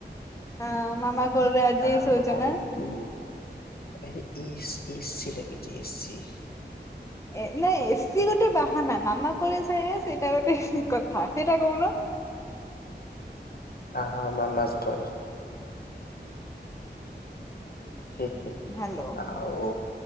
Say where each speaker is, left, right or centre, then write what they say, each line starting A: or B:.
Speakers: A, on the left; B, on the left.
A: ହଁ ମାମା କୋଳରେ ଆଜି
B: କାହୁ
A: ଯାଇ ଶୋଉଛ
B: କହି
A: ନା?
B: ଉଁ ଏ ଏସ୍ ଏ ସି ଲାଗିଛି ଏ ସି। <unintelligible>
A: ଏ ନାଇଁ ଏସିି ଗୋଟେ ବାହାନା ମାମା କୋଳେ ଶୋଇବା ସେଇଟା ଗୋଟେ କଥା ସେଇଟା କହୁନ।
B: ହ ହ ମାମା ସବ‌୍ଏ <unintelligible> ହେ
A: ହୁଁ
B: ହେ
A: ହ୍ୟାଲୋ
B: ଆଉ